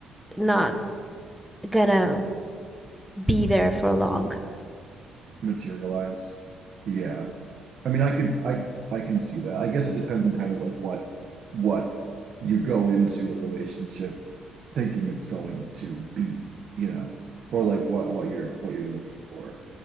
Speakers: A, in the centre; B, on the right (about 50°).
A: not gonna be there for long.
B: materialize. Yeah. I mean, I could, I, I can see that. I guess it depends on kind of like what, what you go into a relationship thinking it's going to be, you know, or like what, what you're, what you're looking for